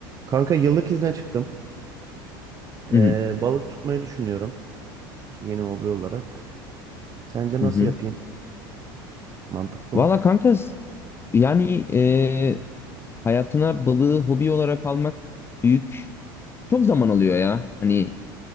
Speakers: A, on the right; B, on the left.
A: Kanka yıllık izne çıktım. Ee,
B: Hı hı.
A: balık tutmayı düşünüyorum yeni hobi olarak. Sence nasıl
B: Hı hı.
A: yapayım? Mantıklı
B: Valla
A: mı?
B: kanka s- yani e, hayatına balığı hobi olarak almak büyük çok zaman alıyor ya. Hani